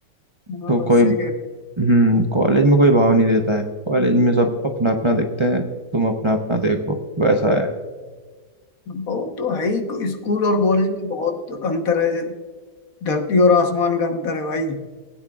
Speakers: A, on the left; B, on the right.
A: हाँ
B: तो
A: बस
B: कोई
A: सही कह रहे हो।
B: हम्म कॉलेज में कोई भाव नहीं देता है कॉलेज में सब अपना अपना देखते हैं तुम अपना अपना देखो वैसा है
A: वो तो है ही स्कूल और कॉलेज में बहुत अंतर है जैसे धरती और आसमान का अंतर है भाई